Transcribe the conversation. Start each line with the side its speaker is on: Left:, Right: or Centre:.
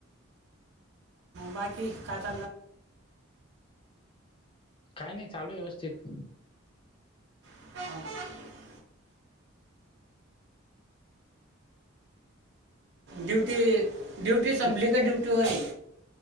Right: बाकी काात
Left: काय नाही चालू व्यवस्थित
Right: हो. ्यूटी ्यूटी संभली
Left: कित
Right: का ्यूटी होई.